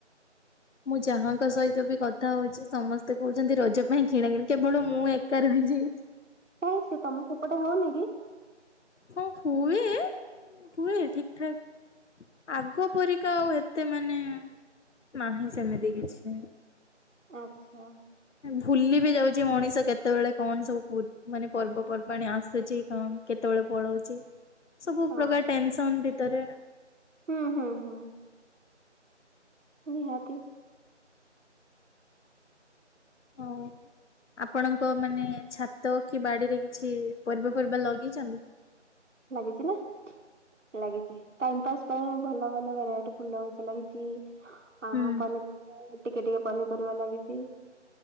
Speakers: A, on the left; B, on the right.
A: ମୁଁ ଯାହାଙ୍କ ସହିତ ବି କଥା ହଉଛି ସମସ୍ତେ କହୁଛନ୍ତି ରଜ ପାଇଁ କିଣା କିିଣି କେବଳ ମୁଁ ଏକା ରହିଛି। <inaudible>
B: କାଇଁ ସେ ତମକୁ ଗୋଟେ ହଉନି କି
A: ହଁ ହୁଏ, ହୁଏ ଠିକ୍ ଠାକ୍ ଆଗ ପରିକା ଆଉ ଏତେ ମାନେ ନାହିଁ ସେମିତି କିଛି।
B: ଆଛା।
A: ଭୁଲି ବି ଯାଉଛି ମଣିଷ କେତେବେଳେ କଣ ସବୁ ମାନେ ପର୍ବପର୍ବାଣି ଆସୁଛି କଣ କେତେବେଳେ ପଳଉଛି। ସବୁ
B: ହଁ
A: ପ୍ରକାର ଟେନସନ ଭିତରେ
B: ହଁ ହଁ ହଁ ନିହାତି।
A: ହଉ। ଆପଣଙ୍କ ମାନେ ଛାତ କି ବାଡିରେ କିଛି ପରିବା ଫରିବା ଲଗେଇଛନ୍ତି?
B: ଲାଗିଛି ନା। ଲାଗିଛି ଟାଇମ୍ ପାସ୍ ପାଇଁ ଭଲ ଭଲ ଭେରାଇଟି ଫୁଲ ଗଛ ଲାଗିଛି। ହ
A: ହୁଁ
B: ପନିପରିବା ଟିକେ ଟିକେ ପନିପରିବା ଲାଗିଛି।